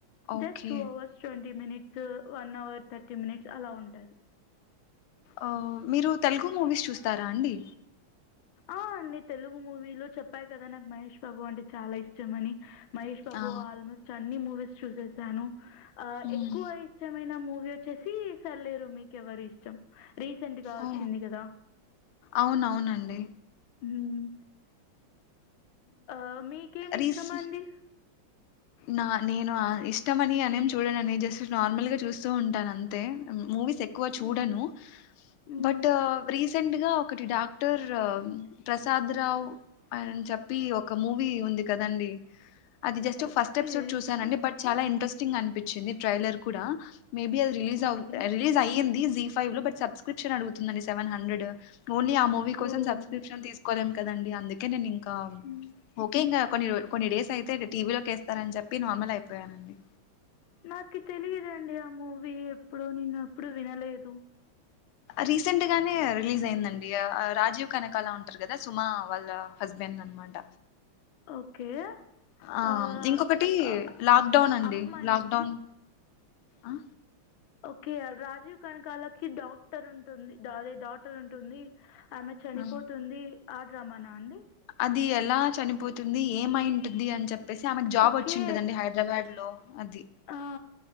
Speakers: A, on the left; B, on the left.
A: okay
B: just two hours twenty minutes స వన్ అవర్ థర్టీ మినిట్స్ అలా ఉంటుంది
A: ఆ మీరు తెలుగు మూవీస్ చూస్తారా అండి
B: ఆ అండి తెలుగు మూవీలో చెప్పాయి కదా నాకు మహేష్ బాబు అంటే చాలా ఇష్టంమని మహేష్ బాబు
A: ఆ
B: ఆల్మోస్ట్ అన్ని మూవీస్ చూసేస్తాను ఆ
A: హ్మ్
B: ఎక్కువ ఇష్టమైన మూవీ వచ్చేసి సర్లేరు మీకువరు ఇష్టం రీసెంట్ గా
A: ఓ
B: వచ్చింది కదా
A: అవునవునండి
B: మ్మ్ ఆ మీకేమి
A: రీస్
B: ఇష్టమండి
A: నా నేను ఇష్టమని అనేం చూడనని జస్ట్ నార్మల్ గా చూస్తూ ఉంటాను అంతే మూవీస్ ఎక్ కువ చూడను
B: హ్మ్. హ్మ్.
A: బట్ రీస్ రీసెంట్గా ఒకటి డాక్టర్ ప్రసాద్ రావు ఆన చె చెప్పి ఒక మూవీ ఉంది కదండి అది జస్ట్
B: ఓకే.
A: ఫస్ట్ ఎపిసోడ్ చూసనండి బట్ చాలా ఇంట్రెస్ట్ స్టింగ్ అనిపించింది ట్రైలర్ కూడా మేబి అది రిలీజ్
B: ఓకే.
A: అవు రిలీజ్ అయింది జి ఫైవ్ లో బట్ సబ్స్క్రిప్షన్ అడుగుతుందండి సెవెన్ హండ్రెడ్ ఓన్లీ ఆ మూవీ కోసం
B: ఓహ్!
A: సబ్స్క్రిప్షన్ తీసుకోలేం కదండి అందుకే నేను ఇంకా
B: హ్మ్.
A: ఓకే ఇంకా కొన్ని రోల్ కొన్ని డేస్ అయితే టీవీలోకి ఏస్తారని చెప్పి నార్మల్ అయిపోయానండి
B: నాకు తెలియదండి ఆ మూవీ ఎప్పుడు నేన్ అప్పుడు వినలేదు
A: రీసెంట్ గానే రిలీజ్ అయిందండి రాజీవ్ కనకాల ఉంటారు కదా సుమా వాళ్ళ హస్బెండ్ అనమాట
B: ఓకే.
A: ఆ
B: ఆహ్,
A: ఇంకొకటి
B: ఆహ్,
A: లాక్డౌన్ అండి
B: అమ్మాయి
A: లాక్డౌన్ ఆ
B: ఓకే రాజీవ్ కనకాలకి డాక్టర్ ఉంటుంది అదే డాటర్ ఉంటుంది ఆమె చనిపోతుంది
A: ఆ
B: ఆడ్ రమానా అండి
A: అది ఎలా చనిపోతుంది ఏమైం ఉంటుది అని చెప్పేసి ఆమెకు జాబ్
B: ఓకే.
A: వచ్చింటదండి హైదరాబాద్ లో అది
B: ఆ!